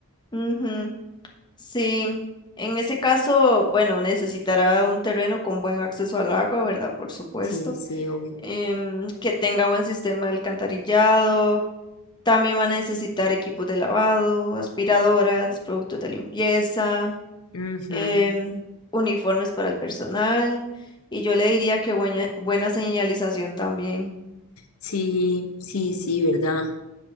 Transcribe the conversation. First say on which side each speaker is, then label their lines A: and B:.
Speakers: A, on the left; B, on the left.
A: Ujú, Sí, en ese caso, bueno, necesitará un terreno con buen acceso al agua, ¿verdad? Por supuesto.
B: Sí, sí, obvio.
A: Em, que tenga buen sistema de alcantarillado También van a necesitar equipos de lavado, aspiradoras, productos de limpieza,
B: Ujú.
A: em, uniformes para el personal. Y yo le diría que buena, buena señalización también.
B: Sí, sí, sí, ¿verdad?